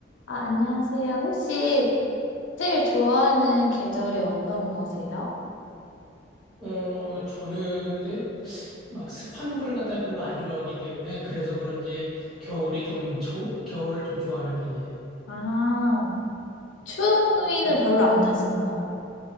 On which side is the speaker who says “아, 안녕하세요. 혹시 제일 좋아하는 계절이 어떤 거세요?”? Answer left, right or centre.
Left